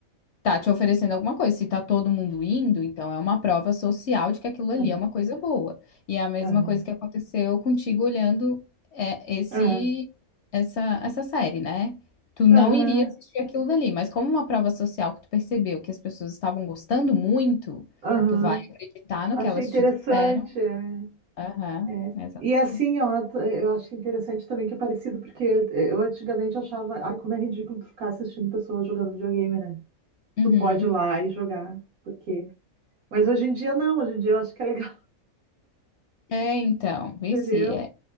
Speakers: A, on the left; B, on the right.
A: tá te oferecendo alguma coisa. Se tá todo mundo indo, então é uma prova social de que aquilo ali
B: Aham,
A: é uma coisa boa. E é a mesma
B: aham,
A: coisa que aconteceu contigo olhando é, esse
B: aham,
A: essa essa série, né? Tu não
B: aham,
A: iria assistir aquilo dali, mas como uma prova social que tu percebeu que as pessoas estavam gostando muito,
B: aham.
A: tu vai acreditar no
B: Achei
A: que elas
B: interessante.
A: te disseram.
B: É,
A: Aham,
B: é.
A: exatamente.
B: E assim, ó, t- é, eu acho interessante também que é parecido, porque é, eu antigamente achava, ai, como é ridículo tu ficar assistindo pessoas jogando videogame, né?
A: Uhum.
B: Tu pode ir lá e jogar, porque. Mas hoje em dia não, hoje em dia eu acho que é legal,
A: É, então, vice.
B: <laughs> entendeu?